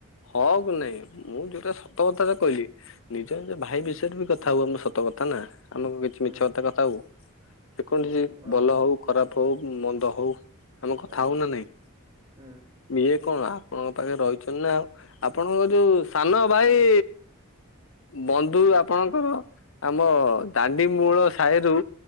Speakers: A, on the left; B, on the right.
A: ହକ ନାଇଁ ମୁଁ ଯୋଉଟା ସତକଥା ଟା କହିଲି ନିଜ ନିଜ ଭାଇ
B: ହୁଁ
A: ବିଷୟରେ ବି କଥା ହୁଅ ମୁଁ ସତକଥା କଥା ନା ଆମକୁ କିଛି
B: ହୁଁ
A: ମିଛ କଥା କଥା ହବୁ। ଯେକୌଣସି
B: ହୁଁ ହଁ
A: ଭଲ ହଉ ଖରାପ ହଉ ମନ୍ଦ ହଉ ଆମେ କଥା
B: ଆଜ୍ଞା
A: ହଉନା ନାଇଁ।
B: ହୁଁ
A: ଇଏ କଣ ଆପଣଙ୍କ ପାଖରେ ରହିଛନ୍ତି ନା ଆଉ ଆପଣଙ୍କ ଯୋଉ ସାନ ଭାଇ
B: ହୁଁ।
A: ବନ୍ଧୁ
B: ଆଜ୍ଞା
A: ଆପଣଙ୍କର ଆମ ତାଡି ମୂଳ ସାଇରୁ